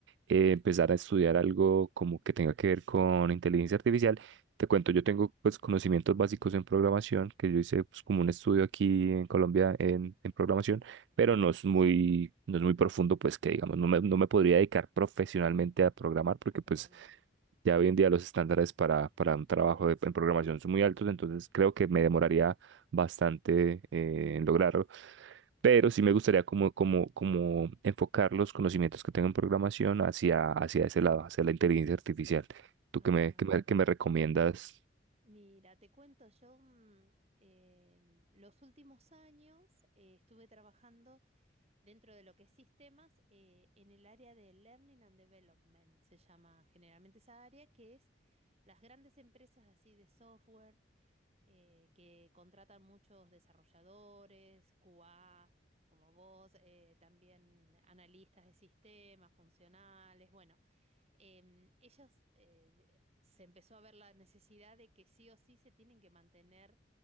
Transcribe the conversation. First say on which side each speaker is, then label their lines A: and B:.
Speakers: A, on the right; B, on the right.
A: eh, empezar
B: sí,
A: a estudiar algo como que tenga que ver con inteligencia artificial. Te cuento, yo tengo pues conocimientos básicos en programación, que yo hice pues como un estudio aquí en Colombia en, en programación, pero no es muy, no es muy profundo, pues que digamos, no me, no me podría dedicar profesionalmente a programar porque
B: a programar.
A: pues ya hoy en día los estándares para, para un trabajo de- en programación son muy altos, entonces creo que me demoraría bastante eh, en lograrlo pero
B: Ujú.
A: sí me gustaría como, como, como enfocar los conocimientos que tengo en programación hacia, hacia ese lado, hacia la inteligencia artificial. ¿Tú
B: Ah,
A: qué me, qué me, qué me recomiendas?
B: mira, te cuento, yo mm, em, los últimos años eh, estuve trabajando dentro de lo que es sistemas, eh, en el área de Learning and Development, se llama generalmente esa área, que es las grandes empresas así de software eh, que contratan muchos desarrolladores, QA, como vos, eh, también analistas de sistemas, funcionales, bueno, em, ellos eh, se empezó a ver la necesidad de que sí o sí se tienen que mantener